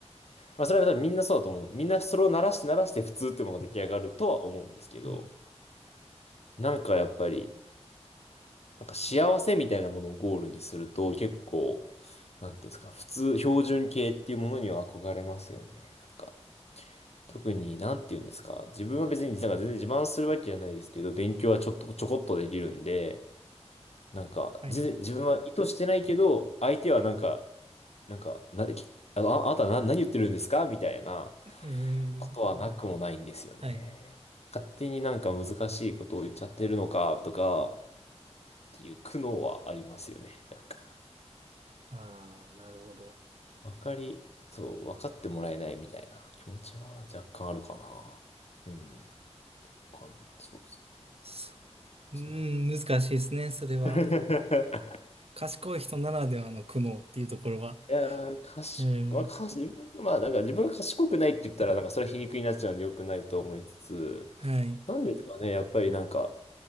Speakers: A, on the left (about 65°); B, on the right (about 60°).
A: まあそれは多分みんなそうだと思う。みんなそれを鳴らして鳴らして普通ってものが出来上がるとは思うんですけど、
B: うん。
A: なんかやっぱり、なんか幸せみたいなものをゴールにすると結構、なんていうんですか、普通、標準形っていうものには憧れますよね。なんか、特になんていうんですか、自分は別になんか全然自慢するわけじゃないですけど、勉強はちょっとちょこっとできるんで、なんか、
B: はい。
A: 全然自分は意図してないけど、相手はなんか、なんか、な、あ、ああなたな、何言ってるんですかみたいな
B: うー
A: ことはなくもないんですよね。
B: ん。はい。
A: 勝手になんか難しいことを言っちゃってるのかとかっていう苦悩はありますよね。若干。
B: ああ、なるほど。
A: わかり、そう、分かってもらえないみたいな気持ちは若干あるかな。うん。わかんそうですね。
B: そううーん、
A: そう。
B: 難しいですね、それは。
A: <laughs>
B: 賢い人ならではの苦悩っていうところは。
A: いやー、賢まあ、
B: うん。
A: かし、自分、まあ、なんか自分が賢くないって言ったら、なんかそれは皮肉になっちゃうんで良くないと思いつつ、
B: はい。
A: なんですかね、やっぱりなんか、